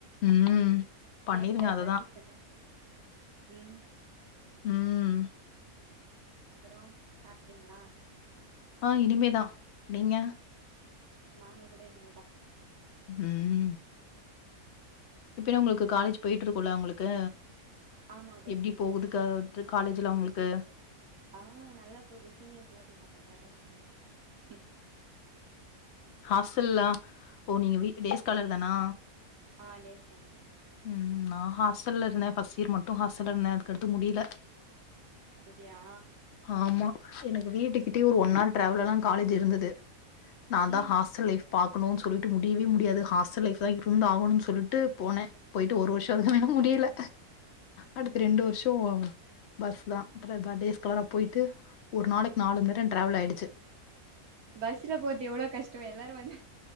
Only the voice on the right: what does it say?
கேட்ட
பர்மிஷன்லாம் ம்
அப்றோ சாப்ட்டீங்களா
நாங்க கூட இனிமே தா
ஆமா போயிட்டு
இருக்கு
ஆ நல்லா போது சீனியர்ஸ்ல்லா போயிட்டாங்க அதா கஷ்டமா இருக்கு
ஆ டேஸ் காலர்தா
அப்டியா
ம்
ம்
பஸ்ல போறது எவ்ளோ கஷ்டோ எல்லாரு வந்து